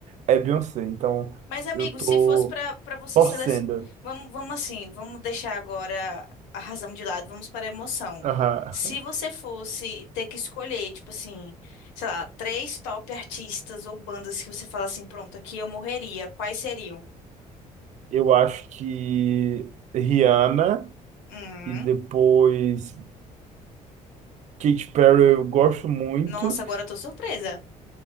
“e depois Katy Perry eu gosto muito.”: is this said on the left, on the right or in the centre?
Right